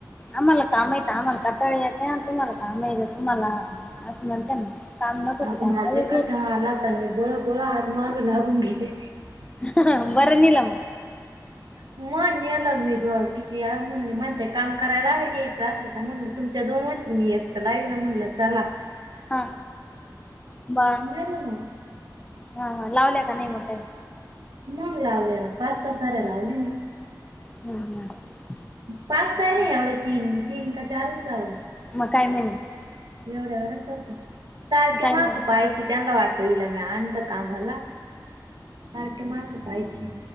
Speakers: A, on the left (about 15°); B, on the right (about 85°).
A: आम्हाला काम आहेत आम्हाला कंटाळा येते. तुम्हाला कामा येत तुम्हाला. असं म्हणत्या ना. काम नको का
B: अग
A: त्याला
B: मझले का आला तर मी बोळ बोळ आज मग लागून गेले ते <unintelligible>
A: ह बरं नीलम
B: मण ये लग्नघ <unintelligible> किती म्हणले म्हणते काम करायला घ्यायचं अस म्हणलं तुमच्या दोन मैत्रिणी आहेत तर लाईल म्हणलं चला <unintelligible>
A: हा. बरं
B: गेलो मग
A: हा हा लावल्या का नाही? मग काही.
B: मग लावले ना पाच सा साऱ्या लावले मी.
A: हम् हम <unintelligible>
B: पाच काही नाही एवढ तीन -तीन का चारच लावले.
A: मग काय म्हणे
B: एवढ्या एवढच होत सारखे
A: काय
B: माग
A: म्हणे
B: पाहायची त्यांना वाटते. तेला मी आणलं कामाला सारखे माग पहायची